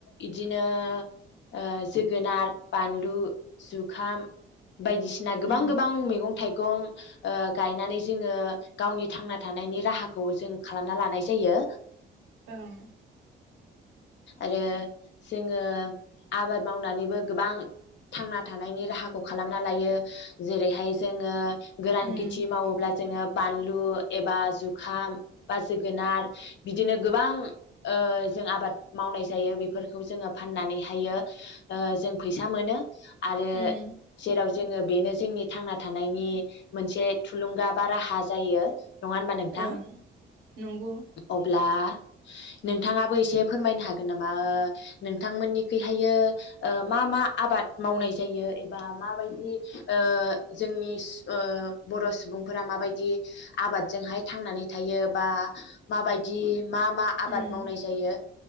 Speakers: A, on the left; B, on the right.
A: इदिनो ओ जोगोनार बानलु जुखाम बायदिसिना गोबां
B: उम
A: गोबां मैगं थाइगं ओ गायनानै जोङो गावनि थांना थानायनि राहाखौ जों खालामना लानाय जायो।
B: ओं।
A: आरो जोङो आबाद मावनानैबो गोबां थांना थानायनि राहाखौ खालामना लायो । जेरैहाय जोङो गोरान
B: उम
A: खिथि मावोब्ला जोङो बानलु एबा जुखाम बा जोगोनार बिदिनो गोबां ओ जों आबाद मावनाय जायो बेफोरखौ जोङो फाननानैहायो जों फैसा मोनो। आरो
B: उम
A: जेराव जोङो बेनो जोंनि थांना थानायनि मोनसे थुलुंगा बा राहा जायो। नङा होनबा नोंथां
B: ओं नंगौ
A: अब्ला नोंथाङाबो एसे फोरमायनो हागोन नामा ओ नोंथांमोननिखैहाय ओ मा मा आबाद मावनाय जायो एबा माबायदि ओ जोंनि ओ बर' सुबुंफोरा माबायदि आबादजोंहाय थांनानै थायो बा माबायदि मा मा आबाद
B: उम
A: मावनाय जायो?